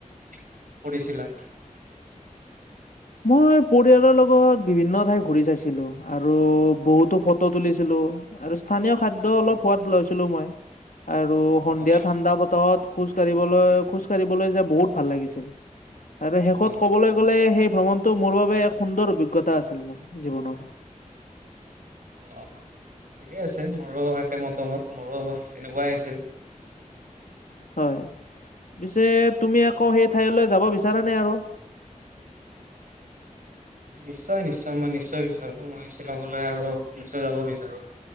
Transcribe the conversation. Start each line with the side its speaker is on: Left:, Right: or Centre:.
Right: কৰিছিলা?
Left: মই পৰিয়ালৰ লগত বিভিন্ন ঠাই ঘূৰি চাইছিলো আৰু বহুতো ফটো তুলিছিলো। আৰু স্থানীয় খাদ্য
Right: অ',
Left: অলপ সোৱাদ লৈছিলো মই। আৰু সন্ধিয়া
Right: অ',
Left: ঠাণ্ডা বতাহত খোজ কাঢ়িবলৈ খোজ কাঢ়িবলৈ যে বহুত ভাল লাগিছিল। আৰু শেষত
Right: অ',
Left: ক'বলৈ গ'লে সেই ভ্ৰমণটো মোৰ বাবে এক সুন্দৰ অভিজ্ঞতা আছিল মোৰ জীৱনৰ।
Right: অ ঠিকে আছে মোৰো একে মতামত মোৰো তেনেকুৱাই আহিছিল। <unintelligible>
Left: হয় পিছে তুমি আকৌ সেই ঠাইলৈ যাব বিচাৰা নে আৰু?
Right: নিশ্চয় নিশ্চয় মই নিশ্চয় বিচাৰো মই শ্বিলঙলৈ আৰু নিশ্চয় যাব বিচাৰো।